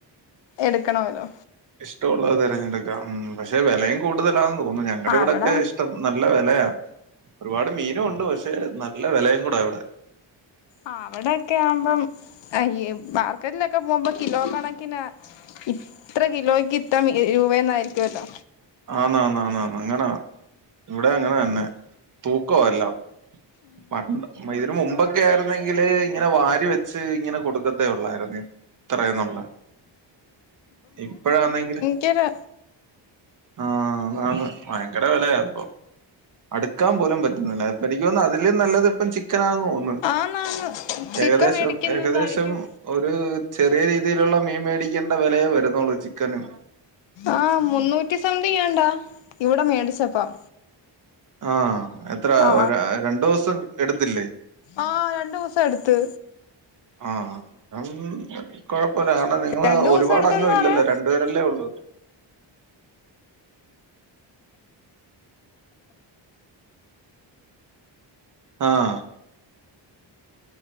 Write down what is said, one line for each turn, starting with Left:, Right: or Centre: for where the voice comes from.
Left: എടുക്കണല്ലോ
Right: ഇഷ്ടമുള്ളത് തിരഞ്ഞെടുക്ക ഉം പക്ഷെ വിലയും കൂടുതലാന്ന് തോന്നുന്നു ഞങ്ങടെ ഇവിടൊക്കെ
Left: അവിടെ
Right: ഇഷ്ട നല്ല വെലയാ ഒരുപാട് മീനും ഉണ്ട് പക്ഷെ നല്ല വെലയും കൂടാ ഇവിടെ
Left: ആ അവിടൊക്കെ ആവുമ്പം ഈ മാർക്കറ്റിലൊക്കെ പോകുമ്പോ കിലോ കണക്കിനാ, ഇത്ര കിലോയ്ക്ക് ഇത്ര മി രൂപയെന്നായിരിക്കോല്ലോ
Right: ആന്നാ ന്നാ ന്നാ അങ്ങനാ ഇവിടെ അങ്ങനെ തന്നെ, തൂക്കവാ എല്ലാം പ ഇതിന് മുമ്പൊക്കെ ആയിരുന്നെങ്കില് ഇങ്ങനെ വാരി വെച്ച് ഇങ്ങനെ കൊടുക്ക തൊള്ളായിരുന്നു ഇത്രേന്നുള്ള ഇപ്പഴാന്നെങ്കില്
Left: കേര
Right: ആഹ് ആന്ന് ആന്ന് ഭയങ്കര വെലയ ഇപ്പൊ അടുക്കാൻ പോലും പറ്റുന്നില്ല ഇപ്പ എനിക്ക് തോന്നുന്ന് അതിലും നല്ലത് ഇപ്പം ചിക്കനാണെന്ന് തോന്നുന്നു.
Left: ആന്നാന്ന് ചിക്കൻ
Right: ഏകദേശം
Left: മേടിക്കുന്നതായിരിക്കും
Right: ഏകദേശം ഒരു ചെറിയ രീതിയിലുള്ള മീൻ മേടിക്കേണ്ട വിലയേ വെരുന്നൊള്ളൂ ചിക്കന്,
Left: ആഹ് മുന്നൂറ്റി സംതിങ്ങാണ്ടാ ഇവിടെ മേടിച്ചപ്പം
Right: ആഹ് അഹ് അത്രാ
Left: ആ
Right: രണ്ടു ദിവസം എടുത്തില്ലേ?
Left: ആ രണ്ടു ദിവസം എടുത്ത്
Right: ആഹ് അതൊന്നും കൊഴപ്പല്ല കാരണം നിങ്ങള്
Left: രണ്ടു ദിവസം
Right: ഒരുപാട്
Left: എടുത്തന്ന്
Right: അംഗം ഇല്ലല്ലോ
Left: പറയാ
Right: രണ്ട് പേരല്ലേ ഉള്ളൂ ആഹ്